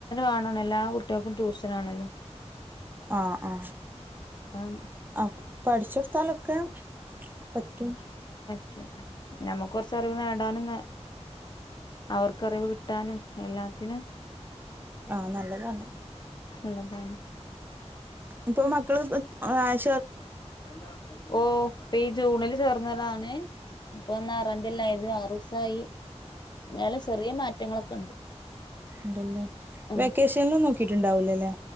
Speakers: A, on the left; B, on the right.
A: വേണം എല്ലാ കുട്ടികൾക്കും ട്യൂഷൻ ആണിന്ന്
B: ആ ആ
A: അപ്പം
B: അപ്പ പ്പൊ അടിച്ച് കൊടുത്താലും <unintelligible> പറ്റും
A: റ്റും കുറച്ച് അറിവ് നേടാനുംനേ അവർക്ക് അറിവ് കിട്ടാനും എല്ലാത്തിനും
B: ആ നല്ലതാണ്
A: നല്ലതാണ്
B: ഇപ്പൊ മക്കള് <unintelligible>
A: <unintelligible> ഓ പ്പഈ ജൂണിൽ ചേർന്നതാണ് ആറാം <unintelligible> ആറുസായി ന്നാലും ചെറിയ മാറ്റങ്ങൾ ഒക്കെ ഉണ്ട്
B: എന്തെല്ലാം
A: ഉം
B: വെക്കേഷന് കിട്ടിട്ടുണ്ടാവില്ലല്ലേ